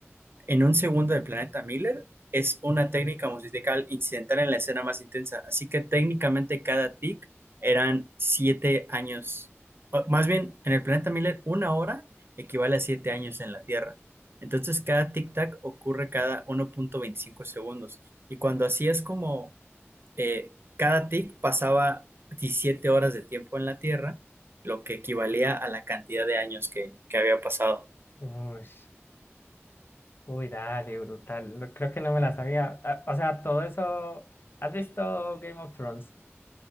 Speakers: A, on the right; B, on the left.
A: En un segundo del planeta Miller es una técnica musical incidental en la escena más intensa, así que técnicamente cada tic eran siete años. O, más bien, en el planeta Miller, una hora equivale a siete años en la Tierra. Entonces, cada tic-tac ocurre cada 1.25 segundos. Y cuando así es como eh, cada tic pasaba 17 horas de tiempo en la Tierra, lo que equivalía a la cantidad de años que, que había pasado.
B: Uy, uy, dale, brutal. No- Creo que no me la sabía. Ah, O sea, todo eso. ¿Has visto Game of Thrones?